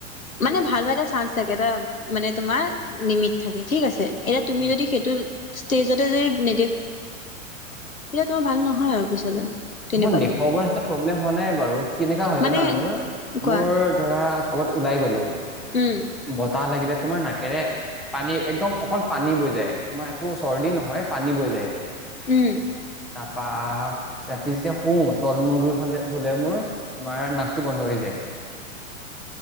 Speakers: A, on the left; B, in the centre.
A: মানে, ভাল হোৱা এটা চান্স থাকে। এটা মানে তোমাৰ লিমিট থাকে, ঠিক আছে? এতিয়া তুমি
B: উম।
A: যদি সেইটো ষ্টেজতে যদি <unintelligible> তেতিয়া তোমাৰ ভাল নহয় আৰু পিছলৈ। তেনেকুৱা
B: মই দেখুৱাবৰ
A: টাইপ
B: নিচিনা প্ৰব্লেম হোৱা নাই বাৰু। কেনেকুৱা হয়
A: মানে
B: জানা মোৰ?
A: কোৱা
B: মোৰ ধৰা, ক'বাত ওলাই গ'লো।
A: উম
B: বতাহ লাগিলে তোমাৰ নাকেৰে। পানী একদম অকল পানী বৈ যায়। তোমাৰ একো চৰ্দি নহয় পানী বৈ যায়।
A: উম
B: তাৰপা ৰাতি যেতিয়া শুওঁ তল মূৰ কৰি শুলে মোৰ তোমাৰ নাকটো বন্ধ হৈ যায়।